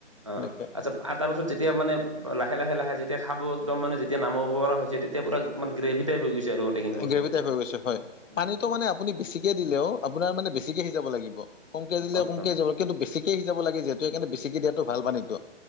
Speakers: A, on the right; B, on the left.
A: অ',
B: সেনেকৈ
A: আচ্ছা তাৰপিছত যেতিয়া মানে লাহে-লাহে-লাহে যেতিয়া খাব একদম মানে যেতিয়া নামাব পৰা হৈছে তেতিয়া পূৰা মানে গ্ৰেভি টাইপ হৈ গৈছে? আৰু গোটেইখিনি
B: এ
A: বস্তু
B: গ্ৰেভি টাইপ হৈ গৈছে হয়,
A: উম
B: পানীটো মানে আপুনি বেছিকে দিলেও, আপোনাৰ মানে বেছিকে সিজাব লাগিব। কমকে দিলে
A: আচ্ছা
B: কমকে সিজাব কিন্তু বেছিকে সিজাব লাগে যিহেতো বেছিকে দিয়াটো ভাল পানিটো।